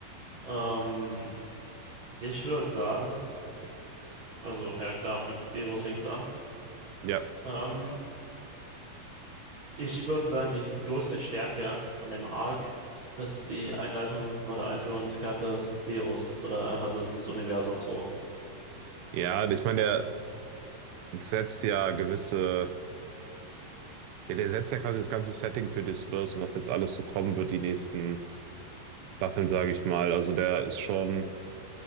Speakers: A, on the right; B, on the right.
A: Ähm, ich würde sagen, also ja klar, mit Beerus fängt's an.
B: Ja.
A: Ähm, Ich würde sagen, die größte Stärke an dem Arc ist die Einleitung oder Einführung des Charakters Beerus oder einfach des, des Universums so.
B: Ja, ich meine, der setzt ja gewisse, ja, der setzt ja quasi das ganze Setting für das Verse und was jetzt alles so kommen wird, die nächsten Waffeln, sage ich mal. Also der ist schon